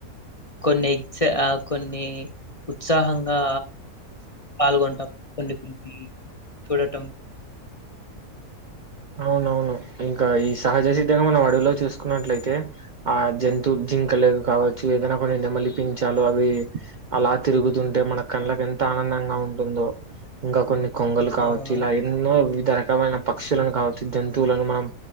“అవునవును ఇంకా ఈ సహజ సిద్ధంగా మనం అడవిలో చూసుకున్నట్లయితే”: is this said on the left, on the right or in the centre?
Right